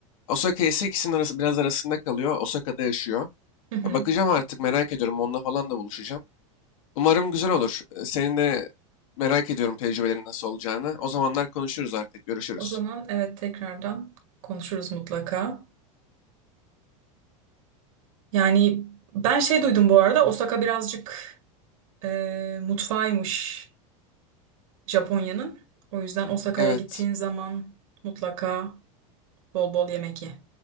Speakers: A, on the left; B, on the right.
A: Osaka ise ikisinin arası biraz arasında kalıyor. Osaka'da yaşıyor.
B: Hı hı.
A: Ya, bakacağım artık merak ediyorum onunla falan da buluşacağım. Umarım güzel olur. E, Senin de merak ediyorum tecrübelerin nasıl olacağını. O zamanlar konuşuruz artık görüşürüz.
B: O zaman evet tekrardan konuşuruz mutlaka. Yani ben şey duydum bu arada Osaka birazcık e, mutfağıymış Japonya'nın. O yüzden Osaka'ya
A: Evet.
B: gittiğin zaman mutlaka bol bol yemek ye.